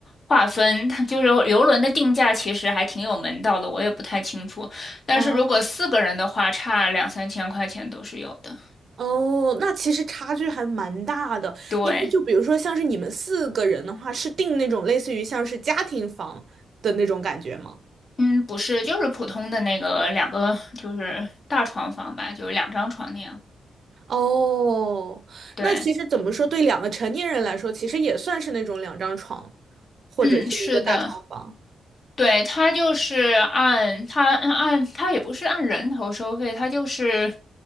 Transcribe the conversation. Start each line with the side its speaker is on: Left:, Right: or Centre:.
Left: 划分，它就是游轮的定价其实还挺有门道的，我也不太清楚。但是如果四个人的话，
Right: 哦，
Left: 差两三千块钱都是有的。
Right: 哦，那其实差距还蛮大的，
Left: 对。
Right: 因为就比如说像是你们四个人的话，是订那种类似于像是家庭房的那种感觉吗？
Left: 嗯，不是，就是普通的那个两个，就是大床房吧，就是两张床那样。
Right: 哦，
Left: 对，
Right: 那其实怎么说，对两个成年人来说，其实也算是那种两张床，或者是一个大床房。
Left: 嗯，是的，对，它就是按它按它也不是按人头收费，它就是